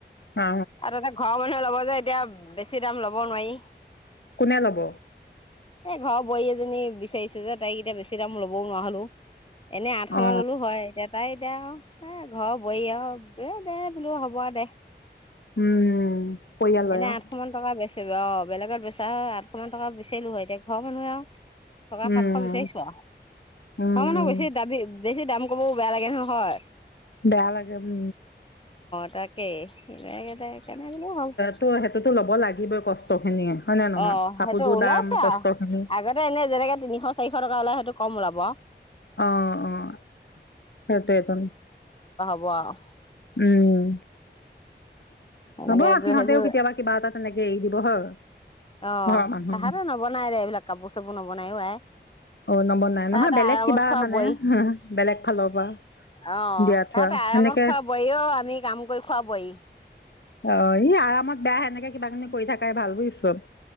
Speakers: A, on the left; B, on the left.
A: অ
B: আৰু তাতে ঘৰৰ মানুহে ল'ব এতিয়া বেছি দাম ল'ব নোৱাৰি।
A: কোনে ল'ব
B: এই ঘৰৰ বোৱাৰী এজনী বিচাৰিছে যে তাইক এতিয়া বেছি দাম লবও নোৱাহলো। এনে আঠশ
A: অ
B: মান ললো হয় এতিয়া তাই দে আৰু এ ঘৰ বুৱাই আৰু এ দে বোলো হ'ব দে
A: উম। পৰিয়ালয়
B: এতিয়া
A: আৰু
B: আঠশ মান টকা বেছি অ' বেলেগত বেচা হয় আঠশ মান টকা বিুচাৰিলো হয় এতিয়া ঘৰৰ মানুহে আও টকা
A: উম
B: সাতশ বিচাৰিছো আও
A: উম
B: ঘৰনো
A: উম
B: বেছি দাবি বেছি দাম কবও বেয়া লাগে নহয়।
A: বেয়া লাগে উম।
B: তাকে <unintelligible> হেইকাৰণে বুলো হওঁক।
A: টো হেইটোতো ল'ব লাগিবই কষ্ট খিনিয়ে হয় নে নহয়
B: অ'
A: কাপোৰযোৰ
B: সেইটো ওলাইছে
A: দাম কষ্ট
B: আও
A: খিনি
B: আগতে এনে যেনেকে তিনিশ চাৰিশ টকা ওলাই সেইটো কম ওলাব। ৱা
A: অ', অ' সেইটোৱে তোন।
B: ৱাহ
A: উম।
B: এনেকে
A: হ'ব
B: এযোৰ
A: সিহঁতেও
B: সেইযোৰ
A: কেতিয়াবা কিবা এটা তেনেকে এৰি দিব হয়।
B: অ'
A: ঘৰৰ মানুহ
B: তাহাতৰ নবনাই ৰে এইবিলাক কাপোৰ চাপোৰ নব বনাইও আই
A: অ' নবনাই
B: তাত
A: নহয় বেলেগ
B: আৰামত
A: কিবা
B: খোৱা
A: মানে
B: বোৱাৰী।
A: বেলেগ ফালৰ পৰা
B: অ
A: দিয়া
B: তাত
A: থোৱা
B: আৰামত
A: সেনেকে
B: খোৱা বোৱাৰী অ আমি কাম কৰি খুৱাবই
A: অ ই আৰামত বেয়া সেনেকে কিবা কিনি কৰি থাকাই ভাল বুজিছব